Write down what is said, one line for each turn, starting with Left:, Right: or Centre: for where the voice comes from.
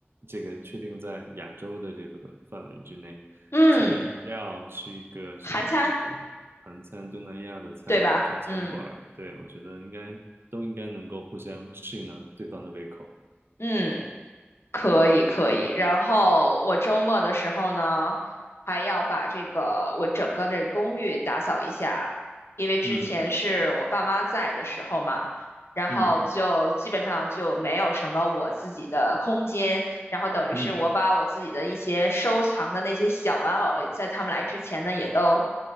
Right: 这个确定在亚洲的这个范围之内，
Left: 嗯，
Right: 吃个日料，吃一个什么这种韩餐、
Left: 韩餐，
Right: 东南亚的菜、
Left: 对吧？
Right: 中餐馆儿，
Left: 嗯
Right: 对，我觉得应该都应该能够互相适应到对方的胃口。
Left: 嗯。可以可以，然后我周末的时候呢，还要把这个我整个的公寓打扫一下，因为之前是我爸妈在的时候嘛，
Right: 嗯。
Left: 然后就基本上就没有什么我自己的空间，
Right: 嗯
Left: 然后等于是我把我自己的一些收藏的那些小玩偶，
Right: 嗯
Left: 在他们来之前呢，也都